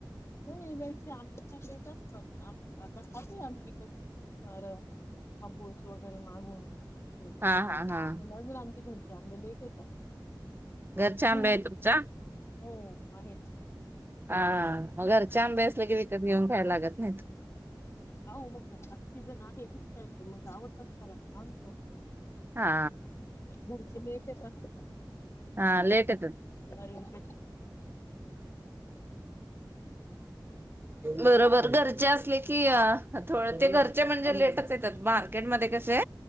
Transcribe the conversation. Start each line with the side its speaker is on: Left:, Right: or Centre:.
Left: नाही एजस आमही रेट असतात आता खात आम्ही विकतचे कार हापुस वगैरे मागून म्हणजे
Right: हा हा हा
Left: आमचे घर त्यामुळे लेट येतात
Right: घरच्या आंबा
Left: जून
Right: आहे तुमचा
Left: हो माहेरची
Right: हा मग घरच्या आंब्या असलं की विकत घेऊन खायला लागत नाहीत
Left: अहो मग आता सीझन आहे दिसतायत मग आवडतात‌पण आणतो
Right: हा
Left: घरचे लय पिडतात ना
Right: हा लेट येतात
Left: आहे विकेट.
Right: बरोबर घरचे असले की थोड ते घरचे म्हणजे लेटच येतात मार्केटमध्ये कसे